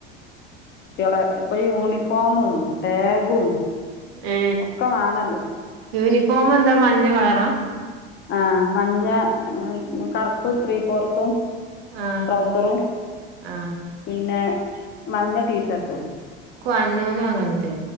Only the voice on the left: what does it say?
ള ഇപ്പൊ യൂണിഫോമും ടാഗും
ഒക്കെ വേണല്ലോ
ആ മഞ്ഞ കറുപ്പ് ത്രീ ഫോർത്തും
ട്രൗസറും
പിന്നെ മഞ്ഞ ടീഷർട്ടും